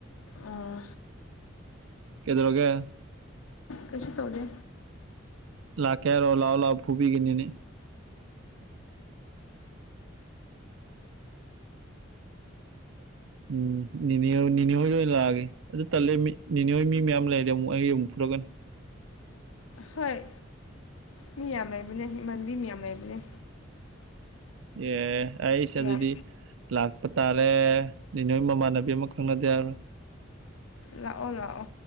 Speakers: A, on the left (about 85°); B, on the right (about 70°).
A: ꯑꯣ
B: ꯀꯩꯗꯧꯔꯒꯦ
A: ꯀꯩꯁꯨ ꯇꯧꯗꯦ
B: ꯂꯥꯛꯀꯦ ꯍꯥꯏꯔꯣ ꯂꯥꯛꯑꯣ ꯂꯥꯛꯑꯣ ꯐꯨꯕꯤꯒꯦ ꯅꯦꯅꯦ ꯎꯝ ꯅꯦꯅꯦꯅꯦ ꯍꯣꯏꯗ ꯑꯣꯏꯅ ꯂꯥꯛꯑꯒꯦ ꯑꯗꯨ ꯇꯜꯂꯦ ꯃꯤ ꯅꯤꯅꯦ ꯍꯣꯏ ꯃꯤ ꯃꯌꯥꯝ ꯂꯩꯔꯦ ꯑꯃꯨꯛ ꯑꯩ ꯑꯃꯨꯛ ꯐꯨ <unintelligible>
A: ꯍꯣꯏ ꯃꯤ ꯌꯥꯝ ꯂꯩꯕꯅꯦ ꯏꯃꯥꯟꯅꯕꯤ ꯃꯌꯥꯝ ꯂꯩꯕꯅꯦ
B: ꯑꯦ ꯑꯩꯁ ꯑꯗꯨꯗꯤ
A: ꯌꯥꯝ
B: ꯂꯥꯛ ꯄ ꯇꯥꯔꯦ ꯅꯦꯅꯦ ꯍꯣꯏ ꯃꯃꯥꯟꯅꯕꯤ ꯑꯃ ꯈꯪꯅꯗ ꯌꯥꯔꯣꯏ
A: ꯂꯥꯛꯑꯣ ꯂꯥꯛꯑꯣ